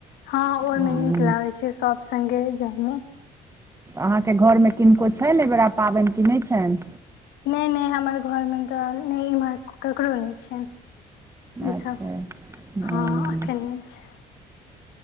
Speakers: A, on the left; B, on the right.
A: हँ, ओइ
B: हूँ
A: मे नीक लागैत छै सब संगे जायमे।
B: अहाँके घरमे किनको छैन एहिबेरा पाबनि कि नैय छैन?
A: नैय-नैय, हमर घरमे तऽ नैय इम्हर ककरो नैय छैं। इसब
B: अच्छा
A: हँ, एखन नैय छै।